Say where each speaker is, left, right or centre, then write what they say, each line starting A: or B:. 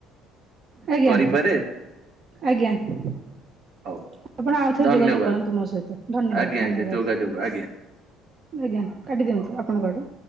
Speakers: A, on the right; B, on the right.
A: ଆଜ୍ଞା
B: କରିପାରେ
A: ଆଜ୍ଞା। ଆପଣ
B: ହଉ
A: ଆଉଥରେ
B: ଧନ୍ୟବାଦ।
A: ଯୋଗାଯୋଗ କରନ୍ତୁ ମୋ ସହିତ ଧନ୍ୟବାଦ
B: ଆଜ୍ଞା
A: ଧନ୍ୟବାଦ।
B: ଆଜ୍ଞା ଯୋଗାଯୋଗ ଆଜ୍ଞା।
A: ଆଜ୍ଞା କାଟି ଦିଅନ୍ତୁ ଆପଣଙ୍କ ଆଡୁ।